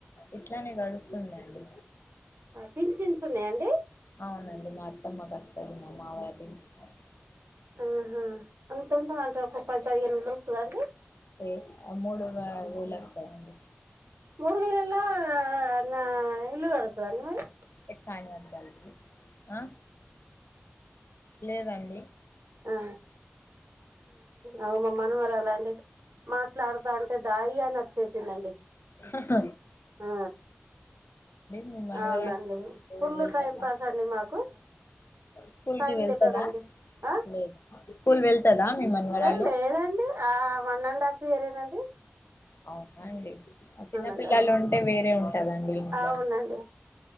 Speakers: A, on the left; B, on the right.
A: ఇట్లానే గడుస్తోందండి
B: పించిన్స్ ఉన్నాయ అండి
A: అవునండి మా అత్తమ్మకు వస్తది మా మామయ్య పెంచిని
B: ఆహా అంత ఉంటుంద అండి ఒక పది పదిహేను వందలు దొరుకుతదా అండి
A: ఏ మూడు వేలు వస్తాయండి
B: మూడు వేళ్లలో నా ఇల్లు గడుస్తదా అండీ మరి
A: చాయ్ తాగించడానికి ఆ లేదండి
B: ఆ ఆ మా మనమరాలు అండి మాట్లాడుతా అంటే డాడీ అనీ వచ్చేసిందండి
A: ఆహా
B: ఆ
A: మీ మనవరాలు
B: అవునండి ఫుల్
A: వెళ్తదా
B: టైం పాస్ అండి మాకు
A: స్కూల్
B: టైం
A: కి వెళ్తదా
B: తెలియదండి ఆ
A: లేదు స్కూల్ వెళ్తదా మీ మనమరాలు
B: ఏం లేదండి ఆ వన్ అండ్ హాఫ్ ఇయర్ ఏ నండీ
A: అవును అండి ఆ చిన్నపిల్లలు
B: అండ్ హాఫ్
A: ఉంటే వేరే ఉంటదండి ఇంట్లో
B: అవునండి